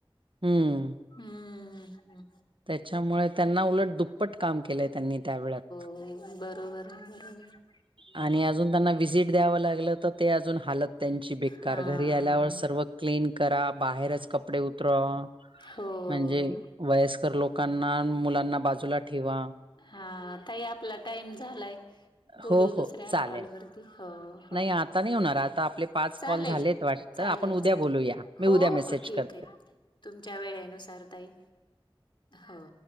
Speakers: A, on the right (about 60°); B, on the left (about 55°).
A: हम्म
B: हम्म, हम्.
A: त्याच्यामुळे त्यांना उलट दुप्पट काम केलंय त्यांनी त्या वेळात.
B: हम, बरं. बरोबर आहे बरोबर <inaudible>
A: आणि अजून त्यांना विजिट द्यावं लागलं तर ते अजून हाल त्यांची बेकार
B: हा
A: घरी आल्यावर सर्व क्लीन करा बाहेरच कपडे उतरवा
B: हो
A: म्हणजे
B: हो.
A: वयस्कर लोकांना मुलांना बाजूला ठेवा.
B: हा ताई आपला टाइम झालाय बोलू
A: हो हो
B: दुसऱ्या
A: चालेल.
B: कॉलवररती हो हो
A: नाही आता नाही होणार आता आपले पाच
B: चालेल,
A: कॉल झालेत वाटतं
B: चालेल
A: आपण उद्या
B: -चालेल
A: बोलूया मी
B: हो
A: उद्या मेसेज
B: हो ठीक
A: करते.
B: आहे. तुमच्या वेळेनुसार ताई हो